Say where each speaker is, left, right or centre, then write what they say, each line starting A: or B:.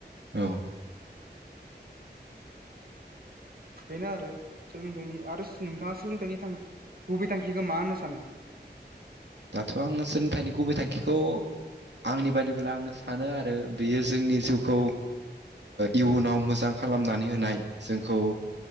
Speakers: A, on the right (about 75°); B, on the right (about 55°).
A: औ।
B: बेनो आरो सोलोंथाइनि आरो नोंथाङा सोलोंथाइनि थांखि गुबै थांखिखौ मा होननो सानो
A: दाथ' आङो सोलोंथाइनि गुबै थांखिखौ। आंनि बादिब्ला आङो सानो आरो बियो जोंनि जिउखौ इयुनाव मोजां खालामनानै होनाय जोंखौ